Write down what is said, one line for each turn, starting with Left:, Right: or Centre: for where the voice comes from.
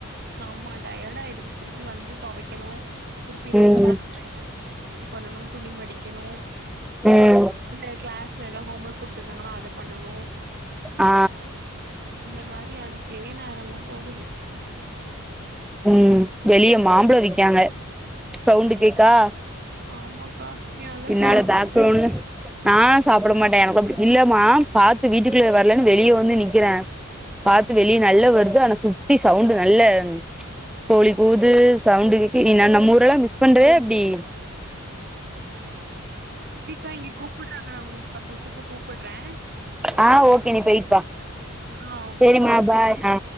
Right: ஆமா டயர்ட் ஆயிருது திருப்பி வந்து துவைக்கணும் திருப்பி நம்மதான்
Centre: ம்
Right: <unintelligible> வைரம் இது பண்ணணும் துணி மடிக்கணும்
Centre: ம்
Right: எப் உள்ள கிளாஸ்ல ஏதா ஹோம் ஒர்க் குடுத்துருந்தாங்கன்னா அத பண்ணனும்
Centre: ஆ
Right: இந்த மாறி அதுக்கே நேரம் எல்லாம் போகுது
Centre: உம் வெளிய மாம்பழ விக்காங்க சவுண்டு கேக்கா
Right: ஆமாக்கா நீங்க நல்லா
Centre: பின்னால
Right: சாப்டுங்க
Centre: பேக்ரவுண்ட் நாயிஸ் சாப்பிட மாட்டேன் எனக்கு அப்படி இல்லம்மா காத்து வீட்டுக்குள்ளேயே வரலைன்னு வெளியே வந்து நிக்கிறேன் காத்து வெளிய நல்லா வருது ஆனா சுத்தி சவுண்ட் நல்ல இச் கோழி கூவுது சவுண்டு கே நீ நம் நம்மஊரெல்லாம் மிஸ் பண்றீயா எப்படி
Right: சிதிகா இங்க கூப்பிட்றாங்க உங்களுக்கு பத்து நிமிஷத்துல கூப்பிட்றேன்
Centre: ஆ ஓகே நீ போயிட்டுவா
Right: ஆ ஓகேக்கா
Centre: சரிமா
Right: பாய்க்கா
Centre: பாய் ஆ